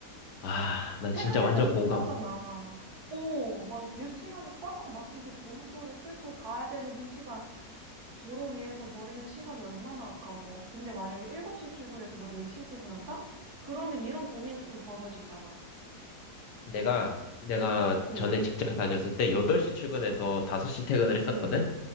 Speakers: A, on the left; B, on the right.
A: 아, 나
B: 퇴근할
A: 진짜 완전
B: 때도
A: 공감.
B: 똑같잖아. 어, 막 몇 시간이 꽉꽉 막힌 그 고속도로를 뚫고 가야 되는 그 시간, 도로 위에서 버리는 시간이 얼마나 아까워. 근데 만약에 7시 출근해서 뭐 4시에 퇴근한다? 그러면 이런 고민은 좀 덜어지잖아.
A: 내가 내가
B: 응,
A: 전에 직장 다녔을 때 8시 출근해서 5시 퇴근을 했었거든.
B: 응,